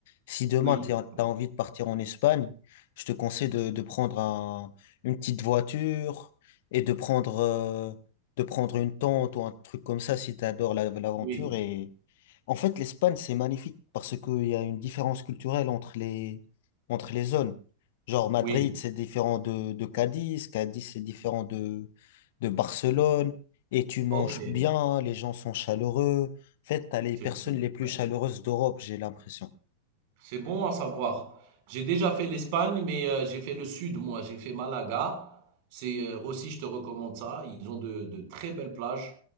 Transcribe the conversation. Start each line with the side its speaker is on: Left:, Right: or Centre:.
Left: Si demain,
Right: Oui,
Left: tu as envie de partir en Espagne, je te conseille de, de prendre un- une petite voiture et de prendre, euh, de prendre une tente ou un truc comme ça si tu adores l'aventure.
Right: oui,
Left: Et en fait, l'Espagne, c'est magnifique parce qu'il y a une différence culturelle entre les, entre les zones. Genre, Madrid,
Right: oui.
Left: c'est différent de, de Cadiz, Cadiz, c'est différent de, de Barcelone, et tu manges
Right: Ok,
Left: bien, les gens sont chaleureux. En fait, t'as les
Right: c'est
Left: personnes
Right: très bien.
Left: les plus chaleureuses d'Europe, j'ai l'impression. <laughs>
Right: C'est bon à savoir. J'ai déjà fait l'Espagne, mais euh, j'ai fait le sud, moi. J'ai fait Malaga. C'est euh, aussi, je te recommande ça. Ils ont de, de très belles plages